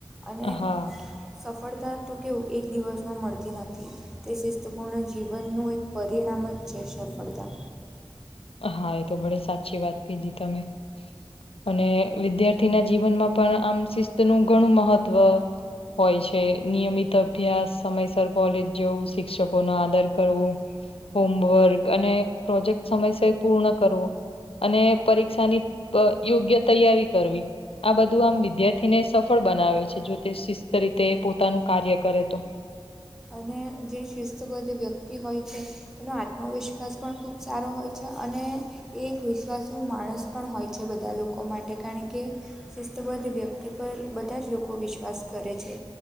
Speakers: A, in the centre; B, on the left (about 85°).
A: અને
B: હા
A: સફળતા તો કેવું એક દિવસમાં મળતી નથી, તે શિસ્તપૂર્ણ જીવનનું એક પરિણામ જ છે, સફળતા.
B: હા એ તો બડી સાચી વાત કીધી તમે. અને વિદ્યાર્થીના જીવનમાં પણ આમ શિસ્ત નું ઘણું મહત્વ હોય છે, નિયમિત અભ્યાસ સમયસર કોલેજ જવું શિક્ષકોનો આદર કરવો.
A: <inaudible>
B: હોમવર્ક અને પ્રોજેક્ટ સમયસય પૂર્ણ કરવો. અને પરીક્ષાની પ યોગ્ય તૈયારી કરવી. આ બધું આમ વિદ્યાર્થીને સફળ બનાવે છે જો તે શિસ્ત રીતે પોતાનું કાર્ય કરે તો.
A: અને જે શિસ્તબદ્ધ વ્યક્તિ હોય છે. તેનો આત્મવિશ્વાસ પણ ખૂબ સારો હોય છે, અને એ એક વિશ્વાસુ માણસ પણ હોય છે બધા લોકો માટે, કારણ કે શિસ્તબદ્ધ વ્યક્તિ પર બધા જ લોકો વિશ્વાસ કરે છે.